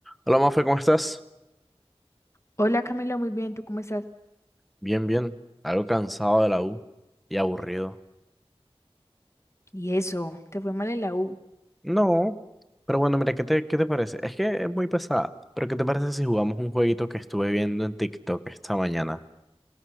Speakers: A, in the centre; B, on the left (about 25°).
A: Hola, Mafe, ¿cómo estás?
B: Hola Camilo, muy bien, ¿tú cómo estás?
A: Bien, bien. Algo cansado de la U y aburrido.
B: Y eso, te fue mal en la U.
A: No, pero bueno, mira, ¿qué te, qué te parece? Es que es muy pesada, pero ¿qué te parece si jugamos un jueguito que estuve viendo en TikTok esta mañana?